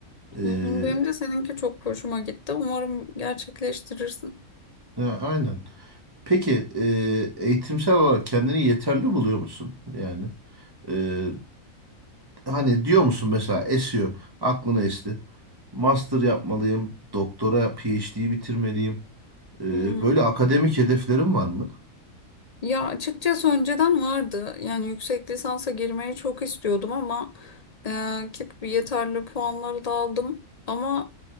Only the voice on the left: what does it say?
Hı hı, Benim de seninki çok hoşuma gitti. Umarım gerçekleştirirsin.
Hı.
Ya açıkçası önceden vardı. Yani yüksek lisansa girmeyi çok istiyordum ama e, ki yeterli puanları da aldım. Ama